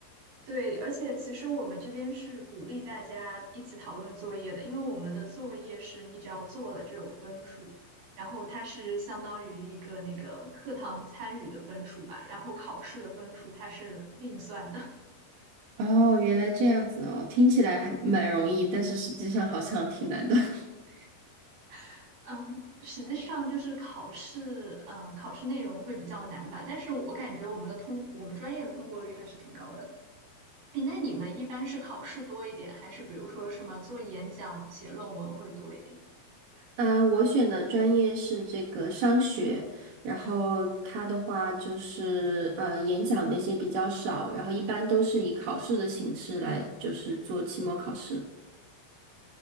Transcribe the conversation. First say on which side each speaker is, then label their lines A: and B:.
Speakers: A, on the right; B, on the right.
A: 对，而且其实我们这边是鼓励大家一起讨论作业的，因为我们的作业是你只要做了就有分数，然后它是相当于一个那个课堂参与的分数吧，然后考试的分数它是另算的。
B: 哦，原来这样子哦，听起来还蛮容易，但是实际上好像挺难的。<laughs>
A: <laughs> 嗯，实际上就是考试，嗯，考试内容会比较难吧，但是我感觉我们的通，我们专业的通过率还是挺高的。诶，那你们一般是考试多一点，还是比如说什么做演讲、写论文会多一点？
B: 嗯，呃我选的专业是这个商学，然后它的话就是呃演讲那些比较少，然后一般都是以考试的形式来就是做期末考试。